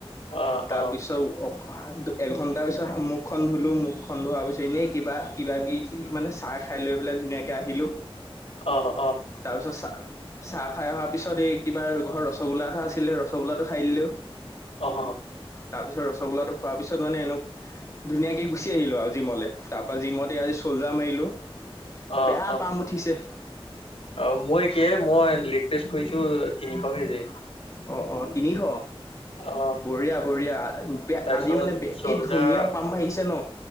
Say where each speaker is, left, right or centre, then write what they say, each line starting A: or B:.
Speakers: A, on the left; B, on the left.
A: অ',
B: তাৰপিছত
A: অ',
B: অ, এঘন্টাৰ পিছত মোক মুখ খন ধুলো মুখ খন ধোৱাৰ পিছত এনেই কিবা কিবি মানে চাহ খাই লৈ পেলাই ধুনীয়াকৈ আহিলো।
A: অ', অ',
B: তাৰপিছত চাহ খাই অহাৰ পিছত এই কিবা ঘৰত ৰসগোল্লা এটা আছিলে ৰসগোল্লা টো খাই দিলো।
A: অ- অ।
B: তাৰ পিছত ৰসগল্লাটো খোৱা তাৰ পিছত মানে এনেক ধুনীয়াকে গুচি আহিলো আৰু জিমলে তাৰ পৰা জিমতে আজি চল্জাৰ মাৰিলো।
A: অ',
B: বেয়া পাম উঠিছে।
A: অ, মইেই মই লেগ পেষ্ট কৰিছো তিনিশ কেজি
B: অ' অ' তিনিশ
A: অ',
B: বঢ়িয়া - বঢ়িয়া
A: তাৰপিছত
B: আজি মানে
A: চল্ডাৰ
B: কি ধুনীয়া পাম বাঢ়িছে ন।